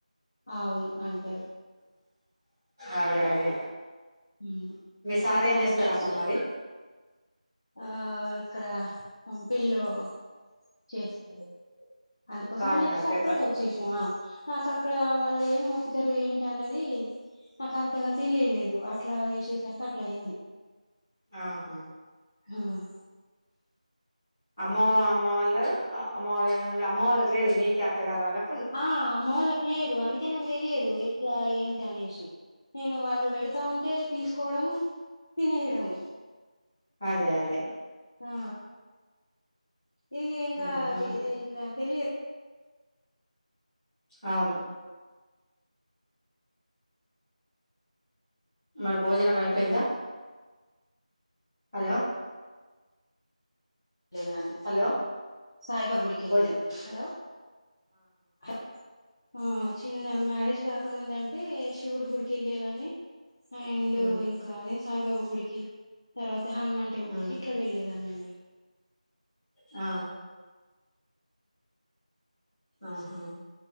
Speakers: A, on the left; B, in the centre.
A: అవును అంటరు
B: అదే అదే
A: ఉమ్.
B: మీ సార్
A: అయితే
B: ఏం
A: అంత
B: చేస్తారమ్మ
A: చ-
B: మరీ
A: ఆ ఇక్కడ కంపిన్లో చేస్తారు అందుకోసమే
B: కాజునార్
A: ఇటు సపరేట్
B: పేపర్
A: వచ్చేసినవా నాకు అక్కడ వాళ్ళు ఏం మొక్కు తరు ఏంటి అన్నది నాకు అంతగా తెలియలేదు వాట్ ఇట్లా చేసేసరికి అట్ల అయింది
B: ఆహా
A: ఆహ్
B: ఆమ్మో అమ్మ వాళ్ళ అమ్మ వాళ్ళ నుండి అమ్మ వాళ్ళకు లేదు మీకే అత్తగారి వాళ్ళక్
A: ఆ అమ్మ వాళ్ళకి లేదు అందుకే నాకు తెలియదు ఎట్ ఇంకా ఏంటి అనేషి నేను వాళ్ళు వెడతా ఉంటే తీసుకోవడం తినేయడం
B: అదే అదే
A: ఆ ఇగ ఎంగ
B: ఆహా
A: ఆది ఇట్లా తెలియదు
B: అవును మరి భోజనం అయిపోయిందా హలో
A: ఏ దాన్ని
B: హలో
A: సాయిబా గుడికి వెళ్ళేదాన్ని
B: భోజ
A: హలో ఆ ఆద్ చిన్న మ్యారేజ్ గాకముందంటే శివుడు గుడికి వెళ్లే దాన్ని అండ్
B: ఉమ్
A: ఇంకా అదే సాయిబాబా గుడికి తర్వాత హనుమాన్ టెంపుల్
B: ఉమ్
A: కి ఇట్లా వెళ్లేదాన్ని అన్ని
B: ఆ ఆహా